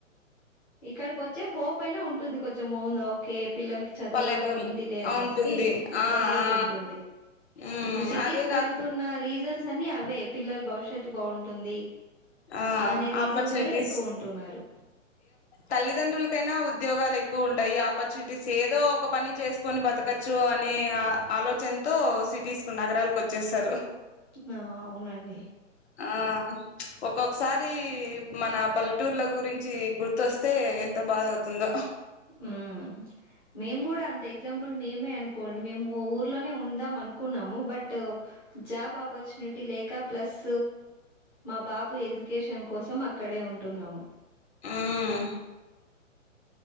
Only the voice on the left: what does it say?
పల్లెటూర్ల
ఉంటుంది
ఆ
ఆ
ఉమ్
అదే
కాక
ఆ
ఆపర్చునిటీస్
తల్లిదండ్రులకైనా ఉద్యోగాలు ఎక్కువ ఉంటాయి ఆపర్చునిటీస్ ఏదో ఒక పని చేసుకొని బతకచ్చు అనే ఆలోచనతో సిటీస్ కు నగరాలకు వచ్చేసారు
ఆ ఒక్కొక్కసారి మన పల్లెటూర్ల గురిం చి గుర్తోస్తే ఎంత బాధ అవుతుందో
ఉమ్